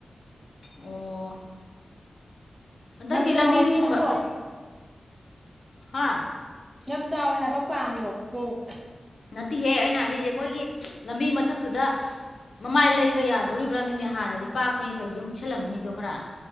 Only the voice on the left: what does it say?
ꯑꯣ ꯍꯟꯗꯛꯇꯤ
ꯂꯝꯕꯤꯗꯨꯣ
ꯊꯣꯡꯒꯠꯄ
ꯍꯥ
ꯅꯠꯇꯦꯍꯦ ꯑꯩꯅ ꯍꯥꯏꯅꯤꯡꯁꯦ ꯃꯣꯏꯒꯤ ꯂꯝꯕꯤ ꯃꯊꯛꯇꯨꯗ ꯃꯃꯥꯏ ꯂꯩꯕ ꯌꯥꯗꯣꯔꯤꯕ꯭ꯔꯥ ꯃꯦꯃꯤ ꯍꯥꯟꯅꯗꯤ ꯄꯥꯛꯄ꯭ꯔꯅꯤ ꯐꯩ ꯍꯧꯖꯤꯛ ꯑꯃꯨꯜ ꯄꯤꯁꯜꯂꯝꯕꯅꯤꯗꯣ ꯈꯔꯥ